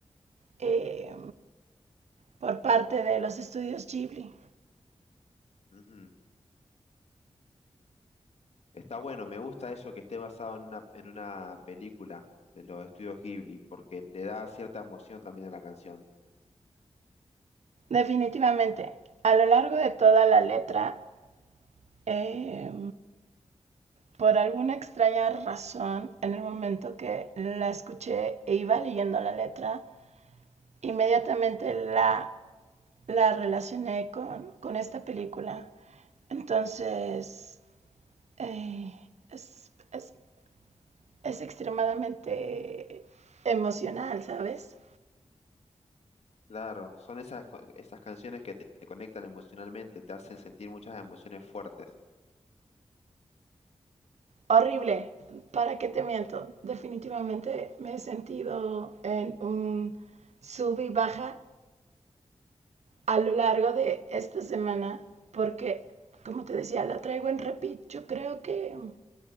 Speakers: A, on the right; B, on the left.
A: eh, por parte de los estudios Ghibli.
B: Ujú. Está bueno, me gusta eso que esté basado en una, en una película de los estudios Ghibli, porque le da cierta emoción también a la canción.
A: Definitivamente, a lo largo de toda la letra, eh, por alguna extraña razón, en el momento que la escuché e iba leyendo la letra, inmediatamente la, la relacioné con, con esta película. Entonces, eh, es, es, es extremadamente emocional, ¿sabes?
B: Claro, son esas, co- esas canciones que te, te conectan emocionalmente, te hacen sentir muchas emociones fuertes.
A: horrible. ¿Para qué te miento? Definitivamente me he sentido en un sub y baja a lo largo de esta semana porque, como te decía, la traigo en repeat. Yo creo que